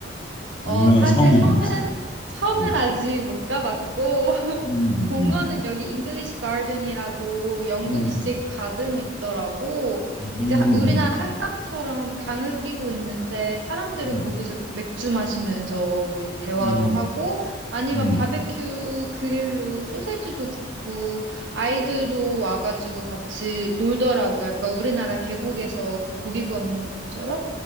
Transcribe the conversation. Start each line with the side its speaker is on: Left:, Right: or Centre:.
Right: 어,
Left: 유명한
Right: 사실
Left: 성 이런
Right: 성은,
Left: 거 있어?
Right: 성은
Left: 응.
Right: 아직 못 가봤고, <laughs>
Left: 음,
Right: 공원은
Left: 음,
Right: 여기 잉글리시 가든이라고 영국식
Left: 음,
Right: 가든이 있더라고.
Left: 음,
Right: 이제 하- 우리나라 한강처럼 강을 끼고 있는데 사람들이
Left: 음,
Right: 거기서 맥주 마시면서 뭐이 대화도
Left: 음,
Right: 하고 아니면
Left: 음,
Right: 바베큐 그릴로 소세지도 굽고 아이들도 와가지고 같이 놀더라고. 약간 우리나라 계곡에서 그 고기 구워 먹는 것처럼.